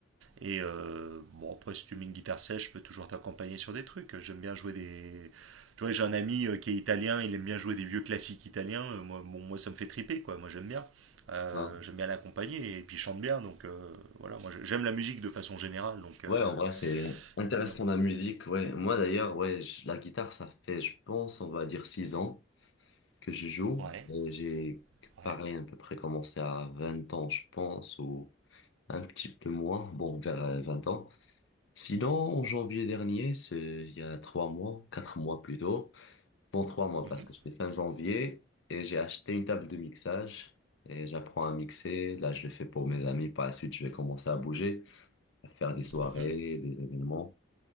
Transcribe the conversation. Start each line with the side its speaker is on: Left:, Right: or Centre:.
Right: Et euh, bon, après, si tu mets une guitare sèche, je peux toujours t'accompagner sur des trucs. J'aime bien jouer des. Tu vois, j'ai un ami euh, qui est italien, il aime bien jouer des vieux classiques italiens. Euh, moi, bon, moi, ça me fait triper, quoi. Moi, j'aime bien. Euh,
Left: hein.
Right: j'aime bien l'accompagner et puis il chante bien. Donc euh, voilà, moi, j'aime la musique de façon générale. Donc, euh,
Left: Ouais, en vrai, c'est intéressant
Right: Donc voilà.
Left: la musique. Ouais, moi d'ailleurs, ouais, je- la guitare, ça fait, je pense, on va dire six ans que je joue.
Right: Ouais,
Left: Et J'ai,
Right: ouais.
Left: pareil, à peu près commencé à 20 ans, je pense, ou un petit peu moins. Bon, vers euh, 20 ans. Sinon, en janvier dernier, c'est il y a trois mois, quatre mois plutôt Bon, trois mois
Right: Mhm,
Left: parce que je fais fin janvier et j'ai acheté une table de mixage et j'apprends à mixer. Là, je le fais pour mes amis. Par la suite, je vais commencer à bouger, à faire des soirées,
Right: mhm.
Left: des événements.